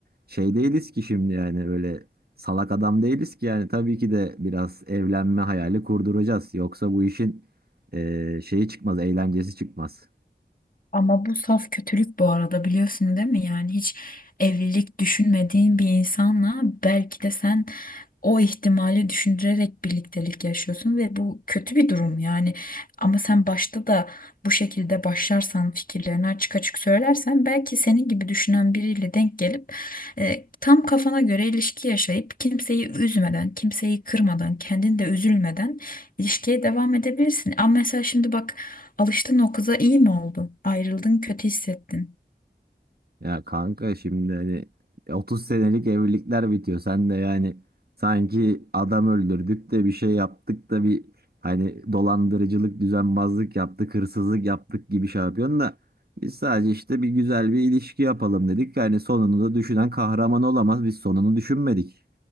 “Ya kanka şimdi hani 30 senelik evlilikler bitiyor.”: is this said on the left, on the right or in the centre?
Right